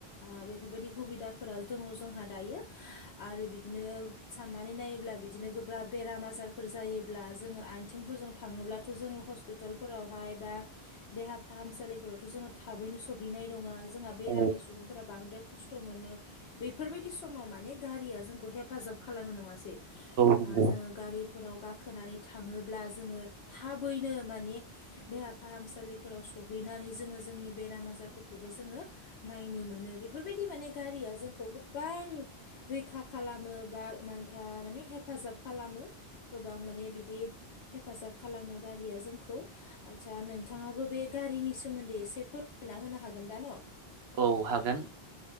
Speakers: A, on the left; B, on the right.
A: ओ बेफोरबायदि हुबिदा। फोराव दङ जोंहा दायो आरो बिदिनो साननानै नायोब्ला बिदिनो गोब्राब बेराम आ जारफोर जायोब्ला जोङो आइथिंफोरजों थाङोबथ' जोङो हस्पिताल। फोरावहाय बा देहा फाहामसालिफोरावथ' जोङो थाबैनो सहैनाय नङा। जोंहा बेरामि
B: औ
A: सुबुंफोरा बांदों। खस्थ' मोनो बेफोरबायदि समाव माने गारिया जोंखौ हेफाजाब खालामो नङासै?
B: नंगौ
A: ओ जोङो गारिफोराव गाखोनानै थाङोब्ला जोङो थाबैनो माने। देहा फाहामसालिफोराव सहैनानै जोङो जोंनि बेराम आजारफोरखौबो जोङो नायनो। मोनो बेफोर बायदि माने गारिया जोंखौ गोबां रैखा खालामो बा मा माने हेफाजाब खालामो गोबां माने बिदि हेफाजाब खालामो गारिया जोंखौ। आदसा नोंथाङाबो बे गारिनि सोमोन्दै एसे फोरमायना होनो हागोन दा न'?
B: औ हागोन।